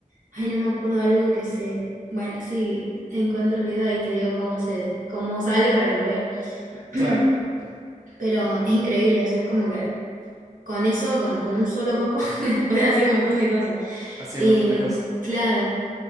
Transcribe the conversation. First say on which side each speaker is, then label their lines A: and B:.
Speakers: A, on the right; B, on the right.
A: ay, no me acuerdo algo que se... Bueno, sí, encuentro el video ahí, te digo cómo se, cómo sale para que lo veas. <clears throat>
B: Claro.
A: Pero es increíble, o sea, es como que con eso, con, con un solo coco, <laughs> puedes hacer un montón de cosas.
B: Hacía
A: Y
B: un montón de cosas.
A: claro,